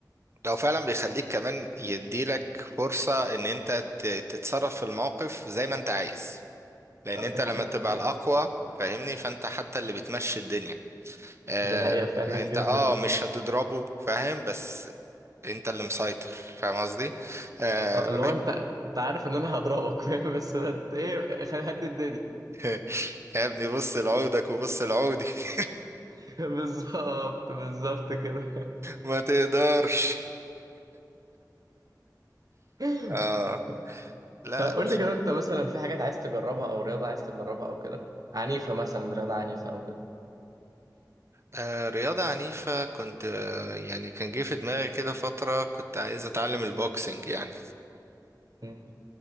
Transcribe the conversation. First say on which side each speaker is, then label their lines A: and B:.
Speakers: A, on the right (about 40°); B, on the right (about 55°).
A: لو فعلا بيخليك كمان يديلك فرصة ان انت ت- تتصرف في الموقف زي ما انت عايز لان
B: لا،
A: انت
B: ده حقيقة
A: لما تبقى
B: فعلا
A: الاقوى فاهمني فانت حتى اللي بتمشي الدنيا آه،
B: ده حقيقة فعلا جدا
A: انت اه مش هتضربه فاهم بس انت اللي مسيطر فاهم قصدي آه،
B: اه اللي هو انت انت عارف ان انا هضربك فاهم بس انت ايه خلي حد يداني
A: <laughs> يا ابني بص لعودك وبص لعودي <laughs>
B: <laughs> بالظبط بالظبط كده
A: ما تقدرش
B: <laughs>
A: اه لا
B: فقول
A: ان شاء
B: لي كده انت
A: الله
B: مثلا في حاجات عايز تجربها او رياضة عايز تجربها او كده عنيفة مثلا رياضة عنيفة او كده
A: آه، رياضة عنيفة كنت آه، يعني كان جه في دماغي كده فترة كنت عايز اتعلم البوكسنج يعني
B: مم.